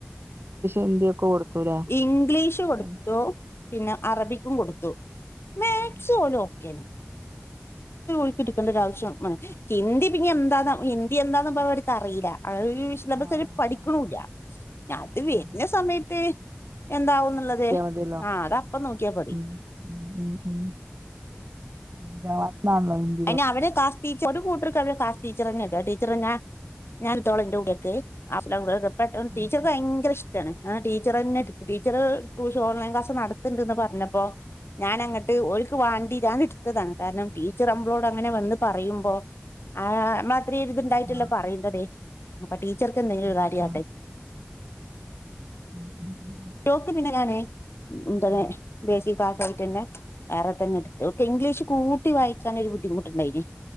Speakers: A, on the right (about 70°); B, on the left (about 80°).
A: ഹിന്ദി ഒക്കെ കൊടുത്തൂലേ
B: ഇംഗ്ലീഷ് കൊടുത്തു,
A: ഉം.
B: പിന്നെ അറബിക്കും
A: ആ
B: കൊടുത്തു, മാത്‍സ്
A: ആ
B: ഓല്ലും ഓക്കേണ്. ഉക്കിടുക്കേണ്ട ഒ ആവശ്യം മ... ഹിന്ദി പിന്നെ എന്താ ഹിന്ദി എന്താന്ന പറ അവടക്ക് അറിയില്ല...... സിലബസ്
A: ആ ആ,
B: പഠിക്കണില്ല ഞൻ അത് വരുന്ന
A: ആ, ആ.
B: സമയത്ത് എന്താവന്നുള്ളത്.....
A: അതെല്ലോ...,
B: ആ അത് അപ്പ നോക്കിയാ പോരെ....
A: ഉ ഉ ഉ അന്റെ ഭഷണാണല്ലോ.....
B: അെ അവിടെ കാ.... ടച്ച കൂട്ട ക്ലസ് ടീച്ച തന്നെ ഈ ടീച്ചറെ ഞാ ഞാനിത്തോള, എൻന്റെറെൂടെേക്ക്.... പ ടീച്ചർക്ക്
A: ഉം,
B: ഭയങ്കര ഇഷ്ടമാണ് ആഹാ ടീച്ചർ തന്നെ എടു ടീച്ചർ..... ടൂഷൻ ഓൺലൈൻ ക്ലാസ് നടത്തണ്ടന്ന് പറഞ്ഞപ്പോ ഞാൻ അങ്ങട്ട് ഒക്ക് വാണ്ടിഞന് എടുത്തതാണ്, കാരണം.... ചിറമ്പളോട് അങ്ങനെ വന്ന് പറയുമ്പോ, ആഹ് മാത്രരി ഇരിത്ണ്ടായിട്ടല്ലോ
A: ആ ആ
B: പറയണ്ടതേ. അപ്പോ ടീച്ചർക്ക് എന്തെങ്കിലും ഒരു
A: ആ
B: കാര്യമാട്ടെ.
A: ആ. ഉം, ഉം,
B: നോക്ക്ന്നെ ഞാന
A: ഉം,
B: തെ ബേസി- കാറ്റായിട്ട്ന്നെ. വേറെ തന്നെ എടുത്ത് ഒക്ക ഇംഗ്ലീഷ് കൂട്ടി വായിക്കാനൊ ഒരു- ബുദ്ധിമുട്ടുണ്ടായിന്